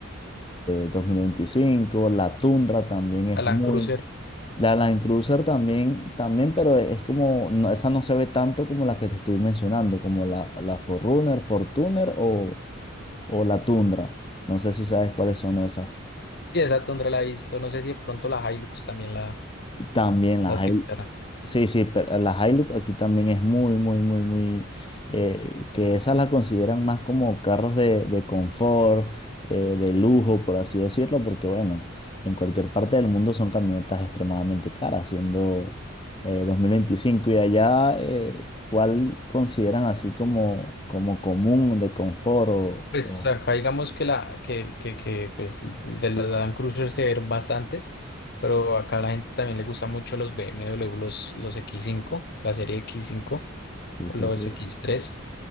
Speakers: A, on the left (about 25°); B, on the left (about 50°).
A: dos mil veinticinco, la Tundra también es
B: la Land
A: muy...
B: Cruiser.
A: La Land Cruiser también, también, pero es como, no- esa no se ve tanto como la que te estoy mencionando, como la, la 4 Fortuner o, o la Tundra. No sé si sabes cuáles son esas.
B: Sí, esa Tundra la he visto. No sé si de pronto la Hilux también la,
A: También las
B: la utilizarán.
A: hay, sí, sí, pero las Hilux aquí también es muy, muy, muy, muy, eh, que esas las consideran más como carros de, de confort, eh, de lujo, por así decirlo, porque bueno, en cualquier parte del mundo son camionetas extremadamente caras, siendo eh, 2025 y allá, eh, ¿cuál consideran así como, como común de confort o,
B: Pues
A: o-
B: acá digamos que la que, que, que pues de las Land Cruiser se ven bastantes, pero acá a la gente también le gusta mucho los BMW, los, los X5, la serie X5
A: sí,
B: o
A: sí,
B: los
A: sí,
B: X3.